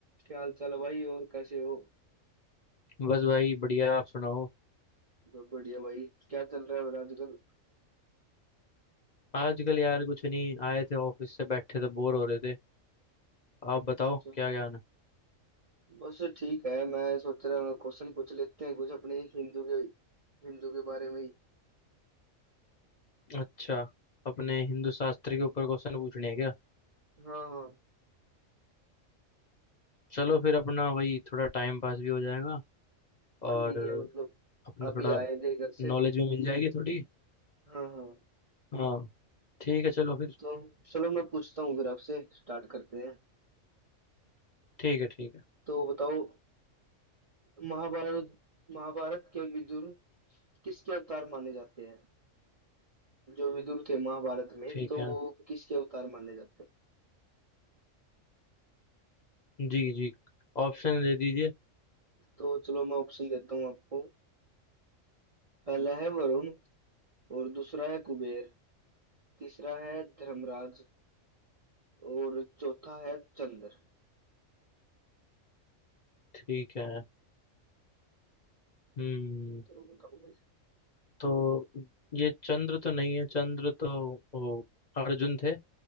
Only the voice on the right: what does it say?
क्या हाल चाल है भाई और कैसे हो
सब बढ़िया भाई क्या चल रहा है और आजकल
अच्छा
बस ठीक है मैं सोच रहा हूँ क्वेश्चन पूछ लेते हैं कुछ अपने हिंदू के हिंदू के बारे में ही
हाँ हाँ
हाँ,
यही है मतलब
अभी
आए थे घर से
हाँ हाँ
तो चलो मैं पूछता हूँ फिर आपसे स्टार्ट करते हैं
तो बताओ महाभारत महाभारत के विदुर किसके अवतार माने जाते हैं जो विदुर थे महाभारत में
तो
वो किसके अवतार माने जाते हैं
तो चलो मैं ऑप्शन देता हूँ आपको पहला है वरुण और दूसरा है कुबेर तीसरा है धर्मराज और चौथा है चंद्र
तो बताओ भाई